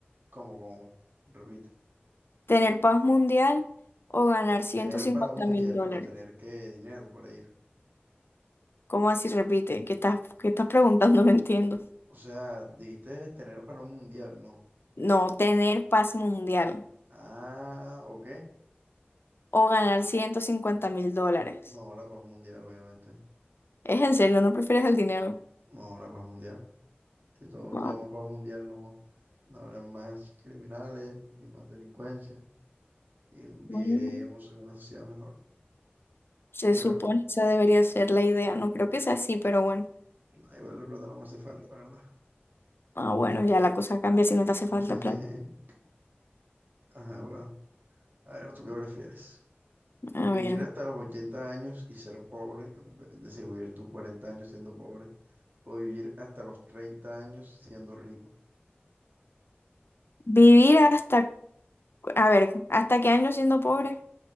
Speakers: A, on the right; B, on the left.
A: ¿Cómo, cómo? repite
B: tener paz mundial o ganar ciento
A: Tener
B: cincuenta
A: para un mundial,
B: mil dólares.
A: pero tener qué dinero para ir.
B: ¿Cómo así repite? ¿Qué estás, qué estás preguntando? <laughs> No entiendo.
A: O sea, dijiste tener para un mundial, ¿no?
B: No, tener paz mundial
A: Ah, ¿o qué?
B: o ganar 150 mil dólares.
A: No, la paz mundial, obviamente.
B: ¿Es en serio? ¿No prefieres el dinero?
A: No, la paz mundial. Si todos
B: No.
A: tenemos paz mundial, no, no habrá más criminales ni más delincuencia y viviremos
B: Bueno,
A: en una sociedad mejor.
B: se
A: Igual,
B: supone
A: la-
B: que esa debería
A: sí,
B: ser la idea. No creo que sea así, pero bueno.
A: igual la plata no me hace falta, la ¿verdad?
B: Ah, bueno, ya la cosa cambia si no te hace
A: <laughs>
B: falta plata.
A: Ajá, bueno. A ver, ¿tú qué prefieres?
B: A
A: ¿Vivir
B: ver.
A: hasta los 80 años y ser pobre? en ve- Es decir, vivir tus 40 años siendo pobre. ¿O vivir hasta los 30 años siendo rico?
B: Vivir hasta, a ver, ¿hasta qué año siendo pobre?